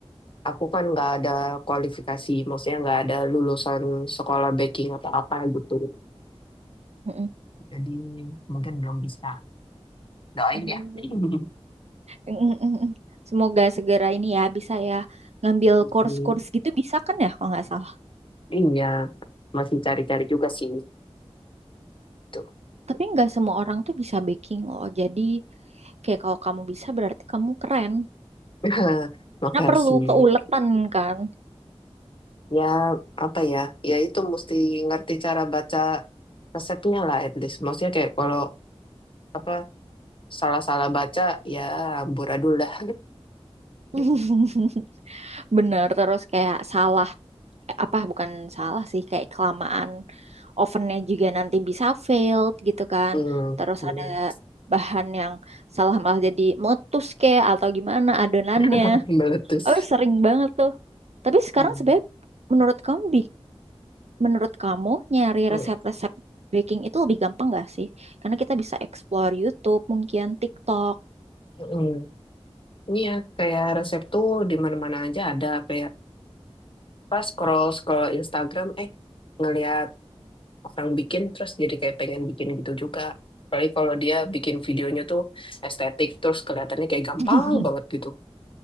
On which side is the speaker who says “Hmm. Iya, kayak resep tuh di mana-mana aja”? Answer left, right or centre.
Left